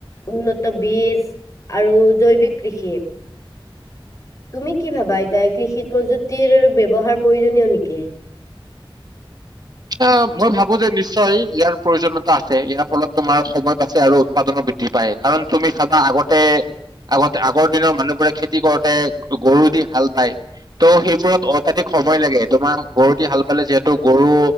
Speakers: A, on the left (about 35°); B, on the right (about 45°).
A: উন্নত বীজ আৰু জৈৱিক কৃষি তুমি কি ভাবা এতিয়া, কৃষিত প্ৰযুক্তিৰ ব্যৱহাৰ প্ৰয়োজনীয় নেকি?
B: অ', মই ভাবো যে নিশ্চয় ইয়াৰ প্ৰয়োজনীয়তা আছে, ইয়াৰ ফলত তোমাৰ সময় বাছে আৰু উৎপাদনো বৃদ্ধি পায়। কাৰণ তুমি চাবা আগতে, আগত আগৰ দিনৰ মানুহবোৰে খেতি কৰোতে গৰু দি হাল বায়। ত' সেইবোৰত অত্যাধিক সময় লাগে তোমাৰ গৰু দি হাল বালে যিহেতু গৰু